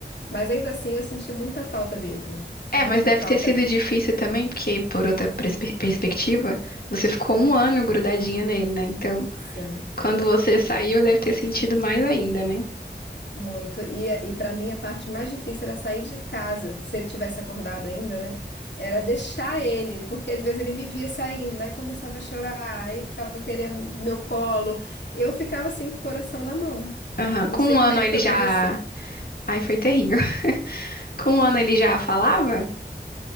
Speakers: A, on the left; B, on the left.
A: Mas ainda assim eu senti muita falta dele.
B: É,
A: Muita
B: mas deve
A: falta.
B: ter sido difícil também, porque por outra perspe- perspectiva, você ficou um ano grudadinha nele, né? Então,
A: Sim,
B: quando você saiu,
A: pois é.
B: deve ter sentido mais ainda, né?
A: Muito. E, e para mim a parte mais difícil era sair de casa, se ele tivesse acordado ainda, né? Era deixar ele, porque às vezes ele me via saindo, aí começava a chorar, aí ficava querendo meu colo. Eu ficava assim com o coração na mão.
B: Aham.
A: Não
B: Com
A: sei
B: um
A: como
B: ano
A: é que
B: ele
A: foi
B: já.
A: para você.
B: Ai, foi terrível. <laughs> Com um ano ele já falava?